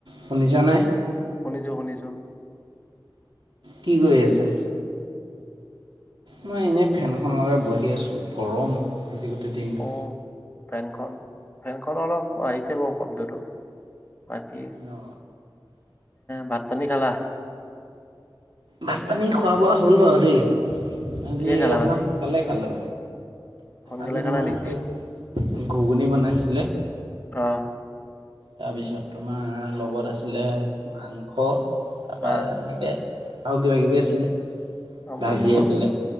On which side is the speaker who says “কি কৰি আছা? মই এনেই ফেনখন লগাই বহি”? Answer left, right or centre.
Right